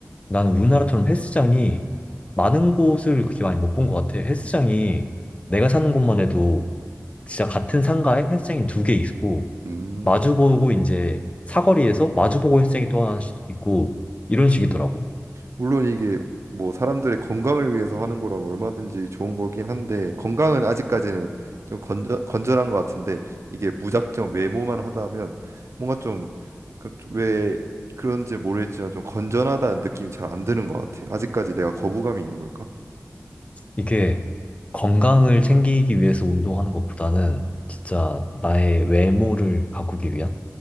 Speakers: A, on the left; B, on the right.
A: 나는 우리나라처럼 헬스장이 많은 곳을 그렇게 많이 못 본 것 같아. 헬스장이 내가 사는 곳만 해도 진짜 같은 상가에 헬스장이 두 개 있고
B: 음.
A: 마주보고 이제 사거리에서 마주보고 헬스장이 또 하나 있고 이런 식이더라고.
B: 물론 이게 뭐 사람들의 건강을 위해서 하는 거라면 얼마든지 좋은 거긴 한데 건강은 아직까지는 좀 건전, 건전한 것 같은데 이게 무작정 외모만 하다면 뭔가 좀 왜 그런지 모르겠지만 좀 건전하다는 느낌이 잘 안 드는 것 같아. 아직까지 내가 거부감이 있는 걸까?
A: 이게 건강을 챙기기 위해서 운동하는 것보다는 진짜 나의 외모를 가꾸기 위한